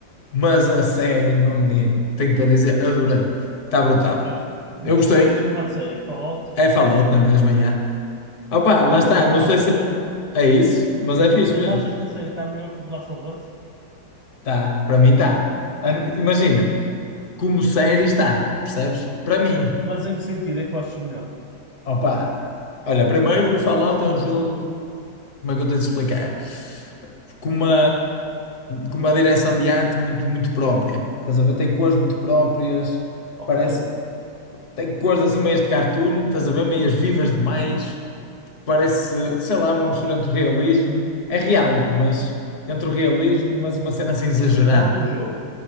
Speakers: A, on the left; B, on the right.
A: Mas a série, meu menino, tenho-te a dizer, adorei. Está brutal.
B: É fixe. Mas
A: Eu gostei.
B: como é que se chama a série? Fallout?
A: É Fallout na mesma, já. Opa, lá
B: Pá, vou
A: está,
B: procurar
A: não sei
B: para
A: se
B: ver.
A: é isso, mas é fixe
B: Mas
A: mesmo.
B: achas que a série está melhor que The Last of Us?
A: Tá, para mim tá. An- Imagina, como série está, percebes? Para
B: Ok.
A: mim.
B: Mas em que sentido é que tu achas melhor?
A: Opa, olha, primeiro o Fallout é um jogo, como é que eu tenho de explicar? Com uma, com uma direção de arte muito, muito própria. Estás a ver? Tem cores muito próprias,
B: Ok.
A: parece. Tem cores assim meias de cartoon, estás a ver? Meias vivas demais. parece, sei lá, uma mistura entre o realismo, é real, mas entre o realismo, mas uma cena assim exagerada.
B: Mas estás a falar do jogo.